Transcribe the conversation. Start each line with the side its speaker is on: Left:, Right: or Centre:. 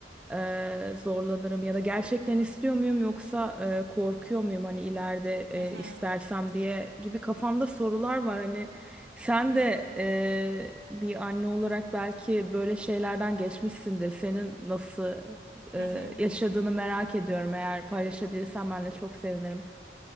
Centre: e, zorlanırım ya da gerçekten istiyor muyum yoksa e, korkuyor muyum hani ileride e,
Right: hı hı
Centre: istersem diye gibi kafamda sorular var hani sen
Right: hı
Centre: de
Right: hı.
Centre: e, bir anne olarak belki böyle şeylerden geçmişsindir. Senin nasıl? e,
Right: hı hı.
Centre: yaşadığını merak ediyorum. Eğer paylaşabilirsen benle çok sevinirim.